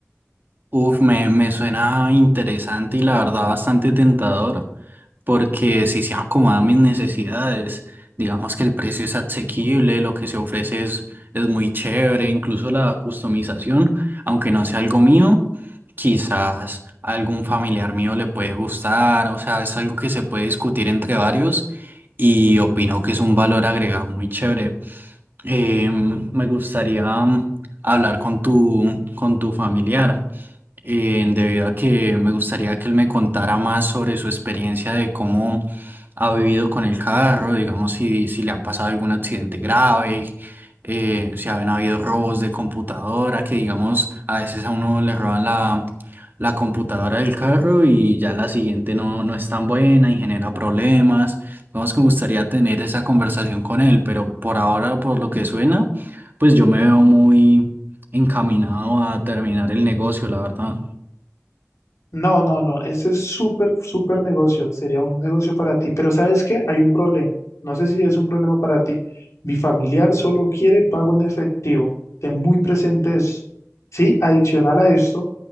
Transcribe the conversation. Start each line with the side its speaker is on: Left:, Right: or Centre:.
Right: Uf, me, me suena interesante y la verdad bastante tentador. porque si se acomoda a mis necesidades, digamos que el precio es asequible, lo que se ofrece es, es muy chévere, incluso la customización, aunque no sea algo mío, quizás a algún familiar mío le puede gustar, o sea, es algo que se puede discutir entre varios y opino que es un valor agregado muy chévere. Em, me gustaría mm, hablar con tu, con tu familiar eh, debido a que me gustaría que él me contara más sobre su experiencia de cómo ha vivido con el carro, digamos, si, si le han pasado algún accidente grave, eh, si han habido robos de computadora, que digamos, a veces a uno le roban la, la computadora del carro y ya la siguiente no, no es tan buena y genera problemas. Digamos que me gustaría tener esa conversación con él, pero por ahora, por lo que suena, pues yo me veo muy encaminado a terminar el negocio, la verdad.
Left: No, no, no, ese es súper, súper negocio, sería un negocio para ti. Pero ¿sabes qué? Hay un problema. No sé si es un problema para ti. Mi familiar solo quiere pago en efectivo. Ten muy presente eso. Sí, adicional a eso,